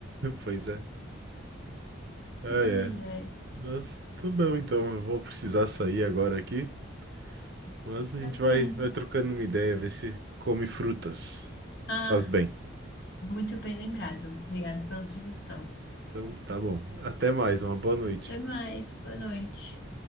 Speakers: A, on the right; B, on the left.
A: Pois é. Ah,
B: <laughs> Ai,
A: é.
B: ai.
A: Mas tá bom, então. Eu vou precisar sair agora aqui. Mas a
B: Tá
A: gente
B: bem.
A: vai, vai trocando uma ideia, ver se come frutas.
B: Ah,
A: Faz bem.
B: muito bem lembrado. Obrigada pela sugestão.
A: Então, tá bom. Até mais. Uma boa noite.
B: Até mais. Boa noite.